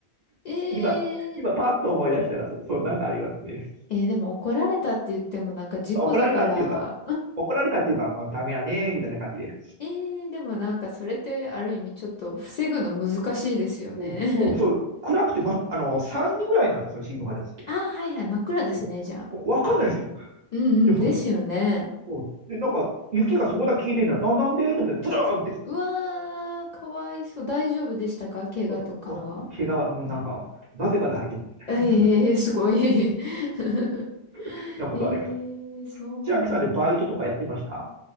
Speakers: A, on the left (about 55°); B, on the right (about 50°).
A: え
B: 今、
A: えええ
B: 今パッと思い出したらそ、そんなんがありますね。
A: えーでも怒られたって言ってもなんか事故だから
B: 怒られたっていうか、怒られたっていうか、もうダメやね、みたいな感じで。
A: ええでもなんかそれってある意味ちょっと防ぐの難しいですよね。
B: うん、うん、そう、暗くて、ま、あの、3時ぐらいなんですよ、新聞配達って。
A: <laughs> あ、はいはい、真っ暗ですね、
B: でもこうわかんないですよ。
A: じゃあ。うんうん、
B: でも、
A: ですよね。
B: うんで、なんか、雪がそこだけ消えてるの、な、なんでと思って、ズルーンって、
A: うわー、かわいそう。大丈夫でしたか怪我とかは。
B: もう、もう怪我は、もうなんか、なぜか大丈夫みたいな
A: ええすごい。<laughs>
B: <laughs> なことはありました。
A: ええそうなんだ。
B: 千秋さんでバイトとかやってました